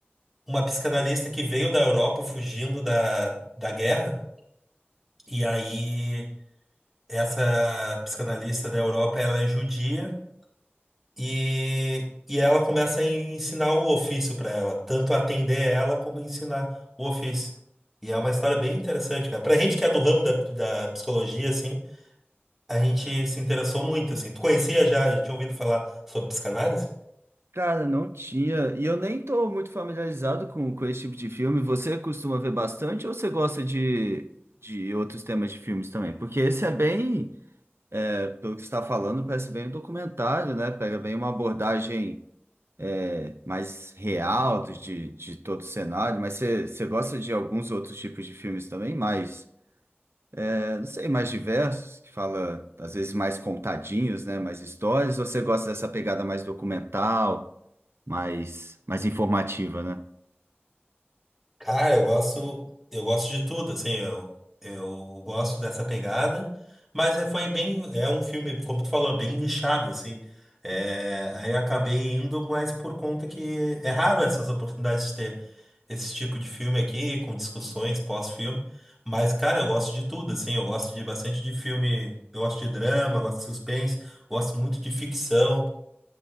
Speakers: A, in the centre; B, on the right.
A: uma psicanalista que veio da Europa fugindo da, da guerra, e aí essa psicanalista da Europa, ela é judia, E, e ela começa a ensinar o ofício pra ela, tanto atender ela como ensinar o ofício. E é uma história bem interessante, cara. Pra gente que é do ramo da, da psicologia, assim, a gente se interessou muito, assim. Tu conhecia já, já tinha ouvido falar sobre psicanálise?
B: Cara, não tinha. E eu nem tô muito familiarizado com, com esse tipo de filme. Você costuma ver bastante ou você gosta de, de outros temas de filmes também? Porque esse é bem é, pelo que você está falando, parece bem um documentário, né? Pega bem uma abordagem é, mais real do- de, de todo o cenário, mas você você gosta de alguns outros tipos de filmes também, mais, é, não sei, mais diversos, que fala, às vezes, mais contadinhos, né? Mais histórias, ou você gosta dessa pegada mais documental, mais, mais informativa, né?
A: Cara, eu gosto, eu gosto de tudo, assim, eu, eu gosto dessa pegada, mas é, foi bem, é um filme, como tu falou, é bem nichado, assim. É, aí eu acabei indo, mas por conta que é raro essas oportunidades de ter. esse tipo de filme aqui, com discussões pós-filme. Mas, cara, eu gosto de tudo, assim. Eu gosto de bastante de filme. Eu gosto de drama, gosto de suspense, gosto muito de ficção.